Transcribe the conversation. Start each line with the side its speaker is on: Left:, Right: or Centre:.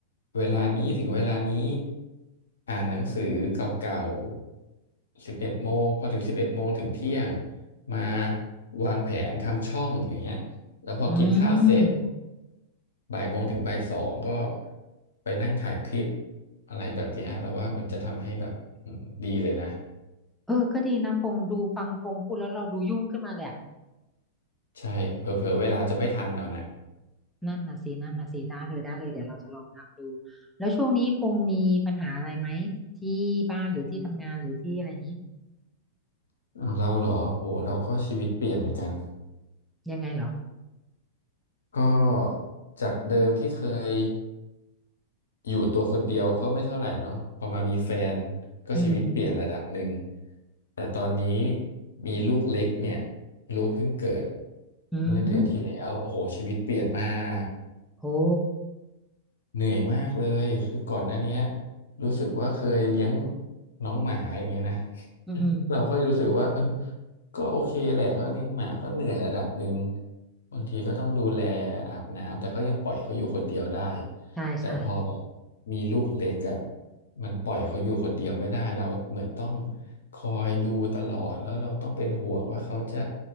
Left: เวลานี้ถึงเวลานี้อ่านหนังสือเก่าๆสิบเอ็ดโมงพอถึงสิบเอ็ดโมงถึงเที่ยงมาวางแผนทำช่องอย่างเงี้ยแล้วพอกินข้าวเสร็จ
Centre: อืม
Left: บ่ายโมงถึงบ่ายสองก็ไปนั่งถ่ายคลิปอะไรแบบเนี้ยเราว่ามันจะทำให้แบบอืมดีเลยนะ
Centre: เออ ก็ดีนะพงษ์ดูฟังพงษ์พูดแล้วเราดูยุ่งขึ้นมาเลยอะ
Left: ใช่เผลอๆเวลาจะไม่ทันเอานะ
Centre: นั่นน่ะสินั่นน่ะสิได้เลยได้เลยเดี๋ยวเราจะลองทำดู แล้วช่วงนี้พงษ์มีปัญหาอะไรไหมที่บ้านหรือที่ทำงานหรือที่อะไรอย่างนี้
Left: อ้าวเราเหรอโหเราก็ชีวิตเปลี่ยนเหมือนกัน
Centre: ยังไงเหรอ
Left: ก็จากเดิมที่เคย อยู่ตัวคนเดียวก็ไม่เท่าไหร่เนาะพอมามีแฟนก็ชีวิตเปลี่ยนระดับหนึ่ง
Centre: อืม
Left: แต่ตอนนี้มีลูกเล็กเนี่ยลูกเพิ่งเกิด
Centre: อื
Left: เมื่อเดือนที่แล้วโอ้โหชีวิตเปลี่ยนมาก
Centre: มโอ้
Left: เหนื่อยมากเลยคือก่อนหน้าเนี้ยรู้สึกว่าเคยเลี้ยงน้องหมาอย่างเงี้ยนะ <laughs>
Centre: อืมอืม
Left: เราก็รู้สึกว่าเออก็โอเคแหละเขาเลี้ยงหมาก็เหนื่อยระดับหนึ่งบางทีก็ต้องดูแลอาบน้ำแต่ก็ยังปล่อยเขาอยู่คนเดียวได้
Centre: ใช่
Left: แต่พอแบบ
Centre: ใช่
Left: มีลูกเล็กอ่ะมันปล่อยเขาอยู่คนเดียวไม่ได้เราเหมือนต้องคอยดูตลอด แล้วเราต้องเป็นห่วงว่าเขาจะ